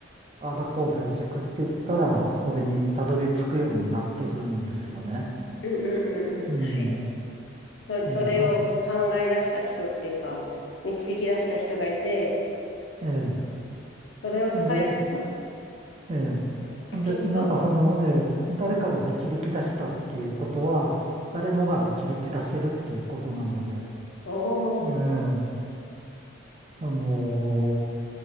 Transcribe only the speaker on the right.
あダだこうだいじくって言ったら、それにたどり着くようになってるんですよね。
うん。
ええ、
あ、
ええ。
ほんで、え
え。んで、なんかその、ええ、誰かが導き出したっていうことは、誰もが導き出せるっていうことなので、
ええ、あの